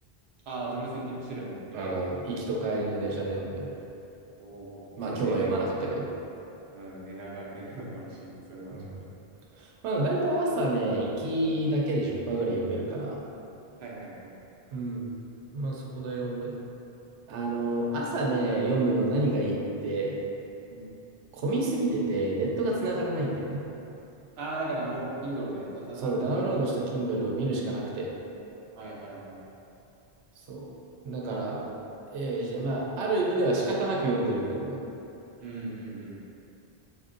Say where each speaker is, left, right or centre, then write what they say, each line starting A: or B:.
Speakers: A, on the right (about 60°); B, on the right (about 85°).
A: ああ、自分でセッティングしてるんだ。偉いの。
B: あの、行きと帰りの電車で読んでる。
A: おお、
B: まあ今日は読まなかったけど。
A: 忙しいね、寝る。うん、寝なが <laughs> 寝るのもあるし、それもあるし、
B: うん。
A: みたいな。
B: まあ大体朝ね、行きだけで10%ぐらい読めるから。
A: はいはいはい。
B: うん。まあそこで読んで。あの、朝ね、読むの何がいいって、
A: うん、
B: 混みすぎてて、ネットが繋がらないんだよね。
A: ああ、だからもう、Kindle でさささっといける。
B: そう、ダウンロードした Kindle を見るしかなくて。
A: はいはいはい。
B: そう。だから、
A: なるほど。
B: えーまあ、ある意味では仕方なく読んでるんだけど、
A: うんうんうん。